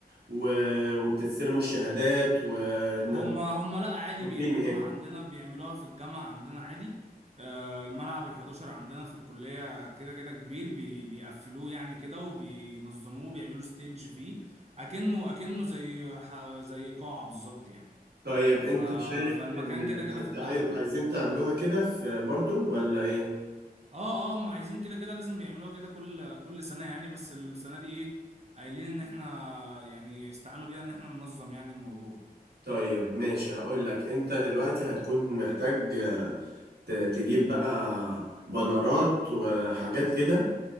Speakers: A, on the right (about 85°); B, on the right (about 40°).
A: و- وبتستلموا الشهادات وطالبين
B: هما هما لا عادي بيعملوها
A: إيه؟
B: عندنا بيعملوها في الجامعة عندنا عادي آه، الملعب ال11 عندنا في الكلية كده كده كبير بي بيقفلوه يعني كده وبينظموه بيعملوا ستيج فيه أكنه أكنه زي ح- زي قاعة بالظبط يعني
A: طيب أنت
B: ف
A: شايف
B: فالمكان
A: إن
B: كده كده
A: عاي-
B: في الجامعة
A: عاي-
B: يعني
A: عايزين تعملوها كده في برضو ولا إيه؟
B: اه اه هم عايزين كده كده لازم بيعملوها كده كل كل سنة يعني بس السنة دي ايه قايلين ان احنا يعني استعانوا بينا ان احنا ننظم يعني الموضوع
A: طيب ماشي هقول لك انت دلوقتي هتكون محتاج آه، ت- تجيب بقى بنرات وحاجات كده